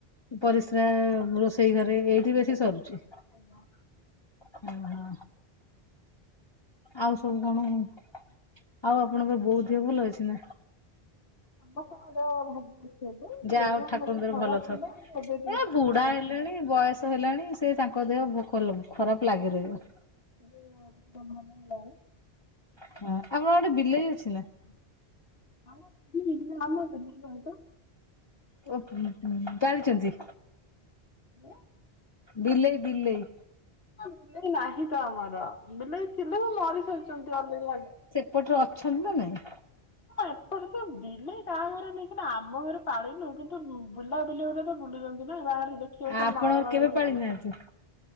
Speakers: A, on the left; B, on the left.
A: ପରିସ୍ରା ରୋଷେଇ ଘରେ ଏଇଠି ବେଶୀ ସରୁଚି।
B: ଆଜ୍ଞା।
A: ହୁଁ ହଁ। ଆଉ ସବୁ କଣ ଆଉ ଆପଣଙ୍କର ବୋଉଦିହ ଭଲ ଅଛି ନା?
B: ସମସ୍ତଙ୍କର ଭଲ। <inaudible>
A: ଯାହା
B: ଜେଜେଙ୍କ
A: ହଉ ଠାକୁରଙ୍କ
B: ଦେହ ଟିକେ
A: ଦୟାରୁ
B: ଖରାପ
A: ଭଲ ଥାଉ
B: ଥିଲା କିନ୍ତୁ ଏବେ ଟିକେ
A: ଏ ବୁଢା
B: ଠିକ୍ ଠାକ୍ ଅଛନ୍ତି।
A: ହେଲେଣି ବୟସ ହେଲାଣି ସେ ତା ଭୋକ ଦେହ ଭୋକ <unintelligible> ଖରାପ ଲାଗି ରହିବ।
B: <unintelligible> ହୋଉ
A: ହଁ ଆମର ଗୋଟେ ବିଲେଇ ଅଛି ନା।
B: <unintelligible>
A: <unintelligible> ଜାଣିଛନ୍ତି
B: <unintelligible>
A: ବିଲେଇ ବିଲେଇ।
B: ବିଲେଇ ନାହିଁ ତ ଆମର, ବିଲେଇ ଥିଲେ ମରିସାରଛନ୍ତି ଅଲଗ <unintelligible>
A: ଏପଟରେ ଅଛନ୍ତି ନା ନାଇଁ
B: ହଁ ଏପଟ <unintelligible> ବିଲେଇ କାହା ଘରେ ନେଇ <unintelligible> ଆମ ଘରେ <unintelligible> ବୁଲା ବୁଲି <unintelligible> ତ ବୁଲୁଛନ୍ତି <unintelligible> ଦେଖିବା ତ
A: ଆପଣ
B: ମାଳ ମାଳ
A: କେବେ
B: <unintelligible>
A: ପାଳି ନାହାନ୍ତି?